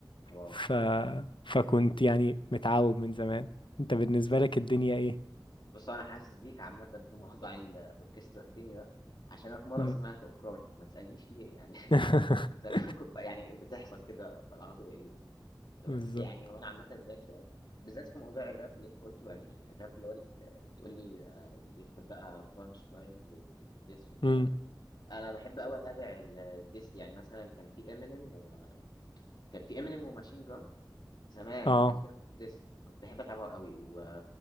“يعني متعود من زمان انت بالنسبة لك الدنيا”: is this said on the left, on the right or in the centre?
Left